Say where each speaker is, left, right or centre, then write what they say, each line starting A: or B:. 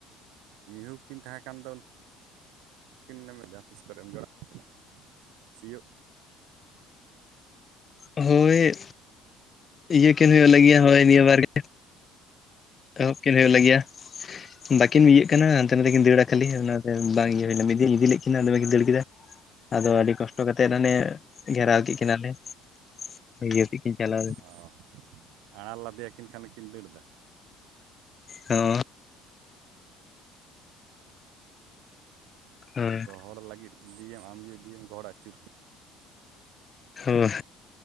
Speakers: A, on the right; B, on the left.
A: ᱢᱤᱦᱩ ᱠᱤᱱ ᱛᱟᱦᱮᱸ ᱠᱟᱱ ᱫᱚ ᱩᱱᱠᱤᱱ ᱡᱟᱦᱟᱸ ᱛᱤᱥ ᱠᱚᱨᱮ ᱮᱢ ᱡᱚᱲᱟ ᱠᱤᱱᱟ ᱥᱤᱭᱳᱜ
B: ᱦᱳᱭ ᱤᱭᱟᱹ ᱠᱤᱱ ᱦᱩᱭᱩᱜ ᱞᱟᱹᱜᱤᱫ ᱦᱳᱭ ᱱᱤᱭᱟᱹ ᱵᱟᱨ ᱜᱮ ᱮᱦᱚᱵ ᱠᱤᱱ ᱦᱩᱭᱩᱜ ᱞᱟᱹᱜᱤᱫᱟ ᱵᱟᱹᱠᱤᱱ ᱤᱭᱟᱹᱜ ᱠᱟᱱᱟ ᱦᱟᱱᱛᱮ ᱱᱟᱛᱮ ᱠᱤᱱ ᱫᱟᱹᱲᱟ ᱠᱷᱟᱹᱞᱤ ᱚᱱᱟᱛᱮ ᱵᱟᱝ ᱤᱭᱟᱹ ᱦᱩᱭ ᱮᱱᱟ ᱢᱤᱫ ᱫᱤᱱ ᱤᱫᱤ ᱞᱮᱫ ᱠᱤᱱᱟ ᱫᱚᱢᱮᱠᱤᱱ ᱫᱟᱹᱲ ᱠᱮᱫᱟ ᱟᱫᱚ ᱟᱹᱰᱤ ᱠᱚᱥᱴᱚ ᱠᱟᱛᱮᱫ ᱦᱟᱱᱮ ᱜᱷᱮᱨᱟᱣ ᱠᱮᱫ ᱠᱤᱱᱟᱹᱞ ᱞᱮ ᱤᱭᱟᱹ ᱠᱮᱫ ᱠᱤᱱ ᱤᱭᱟᱹ ᱥᱮᱫ ᱠᱤᱱ ᱪᱟᱞᱟᱣ ᱞᱮᱱᱟ
A: ᱚ ᱟᱲᱟᱨ ᱞᱟᱫᱮᱭᱟᱠᱤᱱ ᱠᱷᱟᱱᱠᱤᱱ ᱫᱟᱹᱲ ᱮᱫᱟ
B: ᱦᱚ ᱦᱳᱭ
A: ᱚ ᱜᱚᱦᱚᱲ ᱞᱟᱹᱜᱤᱫ ᱤᱫᱤᱭᱮᱢ ᱟᱢ ᱡᱩᱫᱤ ᱤᱫᱤᱭᱮᱢ ᱜᱚᱦᱚᱲ ᱟᱹᱪᱩᱨ ᱠᱮᱫ
B: ᱦᱳᱭ